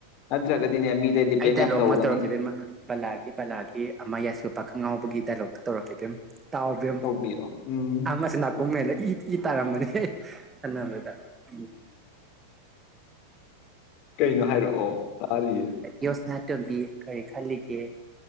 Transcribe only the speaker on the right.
ꯑꯩ
ꯗꯥꯏꯂꯣꯛ
ꯑꯃ ꯇꯧꯔꯛꯈꯤꯕ ꯏꯃ ꯕꯂꯥꯒꯤ ꯕꯂꯥꯒꯤ ꯑꯃ ꯌꯥꯏꯁꯀꯣꯄꯥ ꯈꯪꯉꯥꯎꯕꯒꯤ ꯗꯥꯏꯂꯣꯛꯇꯣ ꯇꯧꯔꯛꯀꯦ ꯄꯦꯝ ꯇꯕꯝ
ꯑꯃꯁꯤ ꯑꯣ ꯃꯦꯜꯂ ꯏ ꯏ ꯇꯥꯔꯝꯕꯅꯤ ꯑꯅꯕꯗ ꯎ
ꯌꯣꯁꯅꯥ ꯇꯝꯕꯤ ꯀꯔꯤ ꯈꯜꯂꯤꯒꯦ